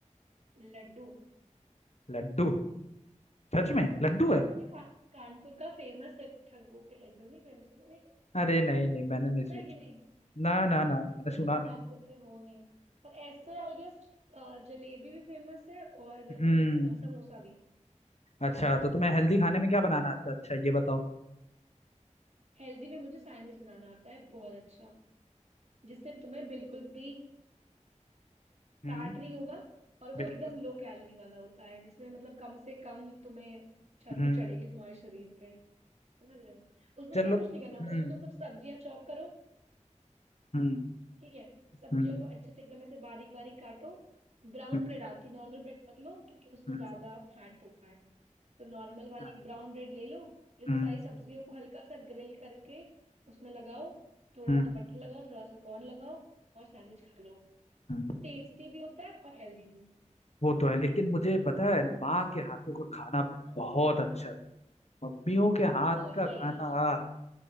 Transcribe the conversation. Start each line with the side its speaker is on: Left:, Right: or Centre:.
Right: लड्डू
Left: लड्डू सच में लड्डू
Right: लड्डू
Left: है
Right: नहीं खा कानपुर का फेमस है ठग्गू के लड्डू नहीं फेमस नहीं
Left: अरे नहीं नहीं मैंने नहीं
Right: सुना
Left: सोचा
Right: है कि नहीं
Left: ना ना ना, ना मैंने
Right: फिर
Left: सुना
Right: तो तुम
Left: नहीं
Right: कानपुर के हो नहीं पर ऐसे आई गेस जलेबी भी फेमस है और
Left: हम्म
Right: अ, समोसा भी
Left: अच्छा तो तुम्हें हेल्दी खाने में क्या बनाना आता है? अच्छा ये बताओ
Right: हेल्दी में मुझे सैंडविच बनाना आता है बहुत अच्छा जिससे तुम्हें बिल्कुल भी
Left: हम्म
Right: फैट नहीं होगा और वो
Left: बिल्कुल
Right: एकदम लो कैलोरी वाला होता है जिसमें मतलब कम से कम तुम्हें चर्बी
Left: हम्म
Right: चढ़ेगी तुम्हारे शरीर पे समझ रहे हो उसमें
Left: चलो
Right: पता है कुछ नहीं करना होता
Left: हम्म
Right: उसमें तुम सब सब्जियां चॉप करो
Left: हम्म
Right: ठीक है सब्जियों
Left: हम्म
Right: को अच्छे से एकदम ऐसे बारीक बारीक काटो ब्राउन
Left: हम्म
Right: ब्रेड आती नॉर्मल ब्रेड मत लो क्योंकि उसमें
Left: हम्म
Right: ज्यादा फैट होता है तो नॉर्मल वाली
Left: हाँ,
Right: ब्राउन ब्रेड ले लो फिर उसमें
Left: हम्म,
Right: सारी सब्जियों को हल्का सा ग्रिल करके उसमें लगाओ थोड़ा
Left: हम्म,
Right: सा बटर लगाओ थोड़ा सा कॉर्न लगाओ और सैंडविच खा लो
Left: हम्म।
Right: टेस्टी भी होता है और हेल्दी भी
Left: वो तो है लेकिन मुझे पता है माँ के हाथों का खाना
Right: हाँ
Left: बहुत अच्छा था मम्मियों के हाथ
Right: वो तो
Left: का
Right: है
Left: खाना
Right: ही
Left: आह,